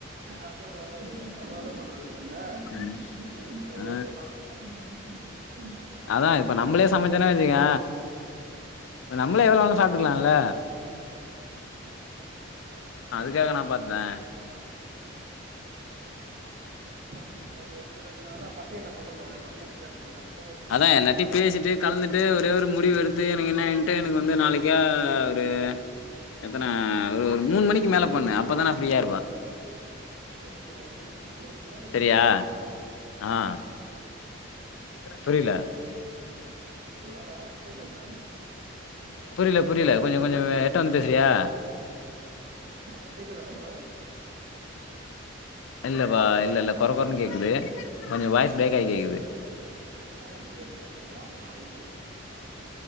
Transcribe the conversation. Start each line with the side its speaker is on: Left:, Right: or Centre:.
Right: அதா வெல அதிக தப்பாதா சொல்றனுங்க அங்க
Left: ம்
Right: நெக்ஸ்ட்
Left: ஆ
Right: ஓகே பாத்துக்லா ம்
Left: அதா இப்ப நம்மளே சமைச்சோன்னா வச்சுக்க இப்ப நம்மளே எவ்ளோ வேணா சாப்ட்டுக்கலால்ல ஏங்க நா பாத்தே
Right: ஆ ஓகேனா ஓகேனா அதா பசங்கெட சொல்றனா எப்போ மேக்சிம
Left: அதா எல்லார்டையு பேசிட்டு கலந்துட்டு ஒரே ஒரு முடிவு எடுத்து எனக்கு என்னான்ட்டு எனக்கு வந்து நாளைக்கா ஒரு அ எத்தன ஒரு ஒரு மூணு மணிக்கு மேல பண்ணு அப்பதா நா ஃப்ரீயா இருப்ப
Right: ஓகேங்கனா நா சொல்றே
Left: சரியா
Right: இன்னொன்னு
Left: ஆ புரிய்ல
Right: அண்ணா கேக்குதா
Left: புரிய்ல புரிய்ல கொஞ்ச கொஞ்ச அ எட்ட வந்து பேசுறியா
Right: நானு கேக்குதாண்ணா
Left: இல்லப்பா இல்ல இல்ல கொர கொரன்னு கேக்குது கொஞ்ச வாய்ஸ் பேரக்காயி கேக்குது
Right: சேரி சொல்லு